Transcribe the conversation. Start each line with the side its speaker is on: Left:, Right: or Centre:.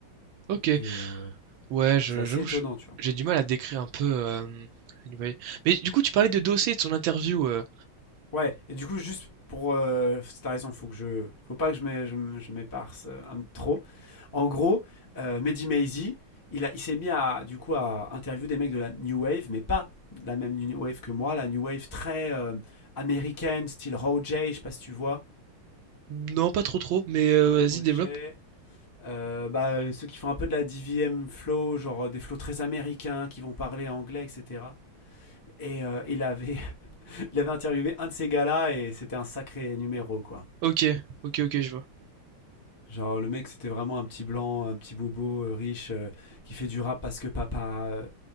Right: ok.
Left: Et euh,
Right: Ouais, je-
Left: c'est assez
Right: j'avoue,
Left: étonnant,
Right: je-
Left: tu vois.
Right: j'ai du mal à décrire un peu... euh, Anyway. Mais du coup, tu parlais de Dossé et de son interview. euh,
Left: Ouais, et du coup, juste pour euh, c'est ta raison, il faut que je, faut pas que je m'é- je m- je m'éparse euh, trop. En gros, euh, Mehdi Maizi, il, a- il s'est mis à du coup à interviewer des mecs de la New Wave, mais pas la même New Wave que moi, la New Wave très euh, américaine, style Roger, je sais pas si tu vois.
Right: Non, pas trop trop, mais euh, vas-y,
Left: Roger,
Right: développe.
Left: Euh, bah, ceux qui font un peu de la DVM flow, genre euh, des flows très américains, qui vont parler anglais, etc. Et euh, il, avait, <laughs> il avait interviewé un de ces gars-là et c'était un sacré numéro, quoi.
Right: Ok, ok, ok, je vois.
Left: Genre, le mec, c'était vraiment un petit blanc, un petit bobo euh, riche euh, qui fait du rap parce que papa, euh,